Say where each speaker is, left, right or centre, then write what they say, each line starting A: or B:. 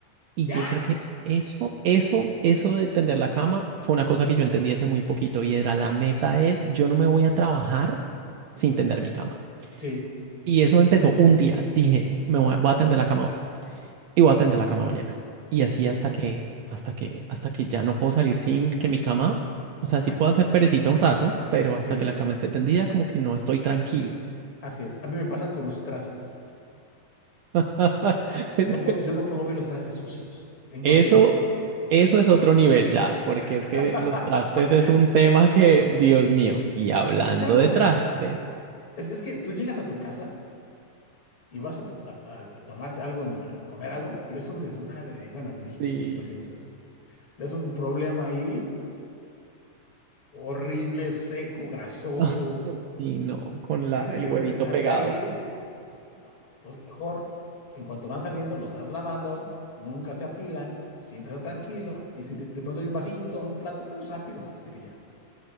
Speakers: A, on the right; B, on the left.
A: Y
B: Ya.
A: yo creo que eso, eso, eso de tender la cama fue una cosa que yo entendí hace muy poquito y era la meta es, yo no me voy a trabajar sin tender mi cama.
B: Sí,
A: Y eso empezó un día. Dije, me voy a, voy a tender la cama hoy. y voy a tender la cama mañana. Y así
B: sí,
A: hasta que, hasta que, hasta que ya no puedo salir sin que mi cama, o sea,
B: exacto.
A: sí puedo hacer perecita un rato, pero hasta
B: Sí,
A: que la cama esté tendida, como que no estoy tranquilo.
B: así es. A mí me pasa con los trastes.
A: <laughs> Es
B: No puedo, yo no puedo ver los trastes sucios. En
A: Eso,
B: cuanto,
A: eso
B: sí.
A: es otro nivel ya, porque es
B: <laughs>
A: que los trastes es un tema que, Dios mío, y hablando
B: es, es algo
A: de
B: como
A: trastes,
B: que, es, es que tú llegas a tu casa y vas a, tu- a- a- a tomarte algo, en la- comer algo, y ves un desmadre ahí. Bueno, aquí en México,
A: sí,
B: en México decimos eso. Ves un problema ahí, horrible, seco, grasoso,
A: <laughs> ah, sí, no, con
B: y
A: la,
B: tienes
A: el
B: que
A: huevito
B: enfrentarte
A: pegado,
B: a él. No, entonces mejor, en cuanto van saliendo, los vas lavando, nunca se apilan, siempre está tranquilo, y si de, de pronto hay un vasito o un plato, pues rápido, fácil y ya.